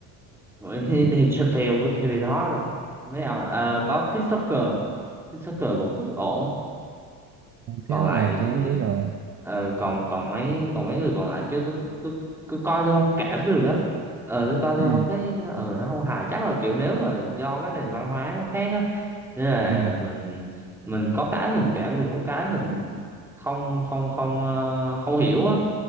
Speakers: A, in the centre; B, on the right.
A: Mỗi <laughs>
B: Ừm,
A: Dave Chappelle với Kevin Hart rồi mấy ông ờ, có Chris Tucker Chris Tucker cũng ổn còn
B: Thế rồi
A: lại
B: tôi không biết rồi.
A: ờ, còn còn mấy còn mấy người còn lại kêu tôi tôi cứ coi tôi không cảm được á ờ tôi coi tôi
B: Ừ.
A: không thấy ờ nó không hài chắc là kiểu nếu mà do cái nền văn hóa nó khác á nên là
B: Ừ.
A: mình mình có cái mình cảm được có cái mình không không không ờ, không hiểu á